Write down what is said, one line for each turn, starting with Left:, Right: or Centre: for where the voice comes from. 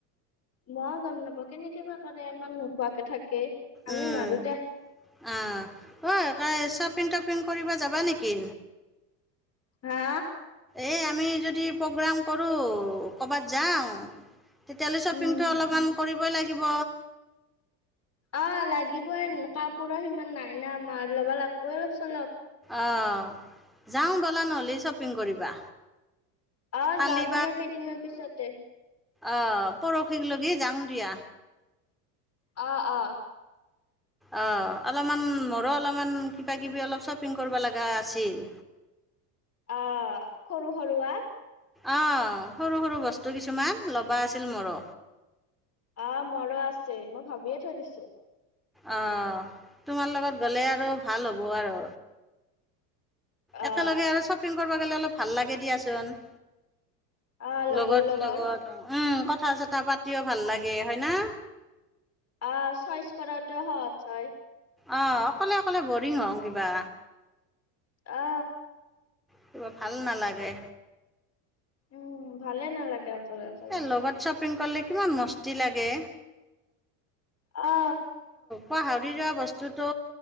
Left: মই গম নাপাওঁ, কেনেকে বা কৰে ইমান নোখোৱাকে থাকে। আমি
Centre: উম,
Left: নোৱাৰো দে
Centre: অহ, ঐ শ্বপিং তপিং কৰিব যাবা নেকি?
Left: হা
Centre: এই আমি যদি প্ৰগ্ৰেম কৰো ক'ৰবাত যাও তেতিয়া হ'লে শ্বপিংতো
Left: উম
Centre: অলপমান কৰি কৰিবই লাগিব।
Left: অ', লাগিবই কাপোৰৰ সিমান নাই না আমাৰ ল'বা লাগিবই অলপ চলপ
Centre: অ', যাও ব'লা নহ'লে শ্বপিং কৰিবা।
Left: অ',
Centre: কালি
Left: যাম দিয়া কেইদিনমান পিছতে।
Centre: অ', পৰহীক লগি জাং দিয়া।
Left: অ', অ।
Centre: অ', অলপমান মোৰো অলপমান কিবা কিবি অলপ শ্বপিং কৰিব লগা আছিল।
Left: অ', সৰু সৰুৱা
Centre: অ', সৰু, সৰু বস্তু কিছুমান ল'বা আছিল মোৰো।
Left: অ', মৰো আছে মই ভাবিয়ে থৈ দিছো।
Centre: অ', তোমাৰ লগত গ'লে আৰু ভাল হ'ব আৰু।
Left: অ
Centre: একেলগে আৰু শ্বপিং ফুৰবা গিলে অলপ ভাল লাগে দিয়াচোন।
Left: অ', লগৰ,
Centre: লগত
Left: লগৰ
Centre: লগত উম কথা চথা পাতিও ভাল লাগে হয় না?
Left: অ চইচ কৰাটো সহজ হয়।
Centre: অ', অকলে, অকলে বৰিং হওঁ কিবা।
Left: অ।
Centre: কিবা ভাল নালাগে।
Left: উম, ভালেই নালাগে <unintelligible>
Centre: এই লগত শ্বপিং কৰিলে কিমান মস্তি লাগে।
Left: অ।
Centre: মই হাউৰি যোৱা বস্তুটো